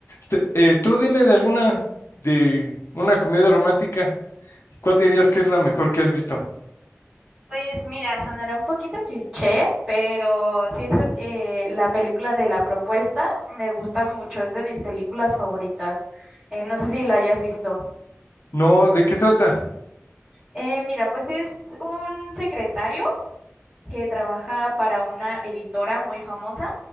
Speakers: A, on the left; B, on the right.
A: Te- eh, tú dime de alguna, de una comedia romántica. ¿Cuál dirías que es la mejor que has visto?
B: Pues mira, sonará un poquito cliché, pero siento que la película de La Propuesta me gusta mucho, es de mis películas favoritas. Eh, no sé si la hayas visto.
A: No, ¿de qué trata?
B: Eh, mira, pues es un secretario. que trabaja para una editora muy famosa,